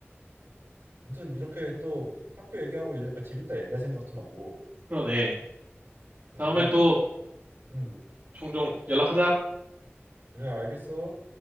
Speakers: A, on the right (about 75°); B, on the right (about 55°).
A: 아무튼 이렇게 또 학교 얘기하고 이러니까 재밌다. 옛날 생각도 나고.
B: 그러네.
A: 네,
B: 다음에
A: 우리
B: 또
A: 음
B: 종종 연락하자.
A: 그래 알겠어.